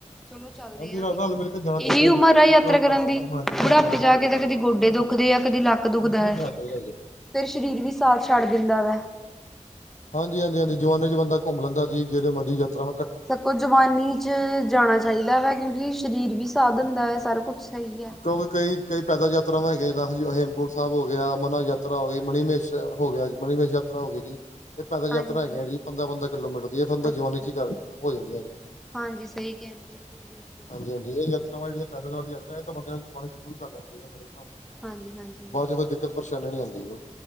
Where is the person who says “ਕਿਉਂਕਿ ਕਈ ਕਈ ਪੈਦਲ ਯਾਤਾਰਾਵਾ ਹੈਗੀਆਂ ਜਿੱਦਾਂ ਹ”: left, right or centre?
Left